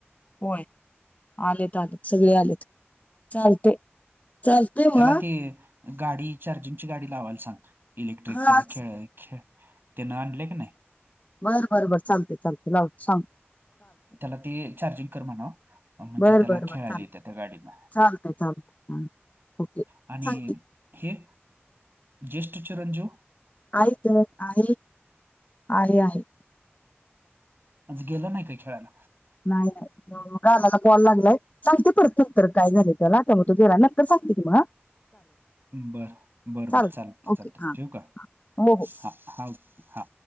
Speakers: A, on the left (about 35°); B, on the right (about 55°).
A: होय आलेत आलेत सगळे आलेत चालते. चालते
B: त्याला
A: मग
B: ते गाडी चार्जिंगची गाडी लावायला सांग. इलेक्ट्रिक
A: हा
B: त्याला खेळेळ खेळ त्यान आणलय की नाई.
A: बरं बरं बर चालते चालते लावत सांगत
B: त्याला ते चार्जिंग कर म्हणाव. म्हणजे
A: बर
B: त्याला
A: बर
B: खेळायला
A: बर चालते
B: येत्या गाडीन.
A: चालतंय चालतंय हा ओके
B: आणि
A: सांगते
B: हे ज्येष्ठ चीरन जीव.
A: आहेत तर आहे आहे आहे.
B: आजं गेलं नाही काही खेळायला.
A: नाही. म गालाला बॉल लागलाय. सांगते परत नंतर काय झाले त्याला त्या मग तू गेला नंतर सांगते कि म.
B: बर बरं बर
A: चालेल
B: चालत
A: ओके
B: चालत
A: हा
B: ठेऊका
A: हो हो
B: हा हा हा.